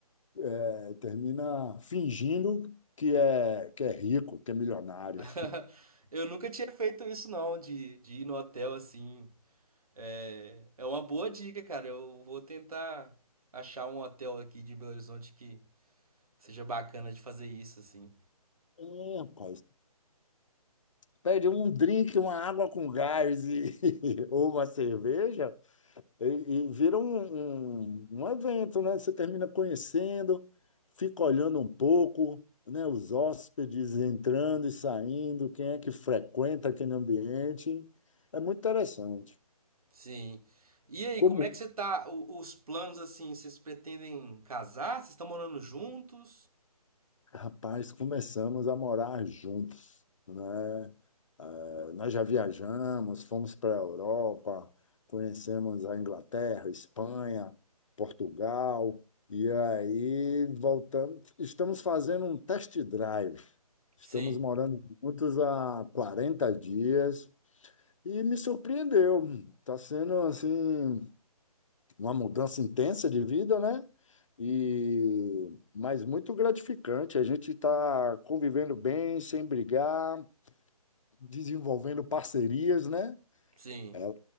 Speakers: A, on the left; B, on the right.
A: eh, termina fingindo que é, que é rico, que é milionário.
B: <laughs> Eu nunca tinha feito isso, não, de, de ir no hotel assim. É, é uma boa dica, cara. Eu vou tentar achar um hotel aqui de Belo Horizonte que seja bacana de fazer isso, assim.
A: É, rapaz. Pede um drink, uma água com gás e, <laughs> ou uma cerveja. E, e vira um, um, um evento, né? Você termina conhecendo, fica olhando um pouco, né? Os hóspedes entrando e saindo, quem é que frequenta aquele ambiente. É muito interessante.
B: Sim. E aí,
A: Como,
B: como é que você tá? O- os planos assim, vocês pretendem casar? Vocês estão morando juntos?
A: Rapaz, começamos a morar juntos, né? Eh, nós já viajamos, fomos para a Europa, conhecemos a Inglaterra, Espanha, Portugal, e aí voltamos. Estamos fazendo um test drive. Estamos
B: Sim,
A: morando juntos há 40 dias e me surpreendeu. Está sendo assim uma mudança intensa de vida, né? E mas muito gratificante. A gente está convivendo bem, sem brigar, desenvolvendo parcerias, né?
B: sim,
A: Ela,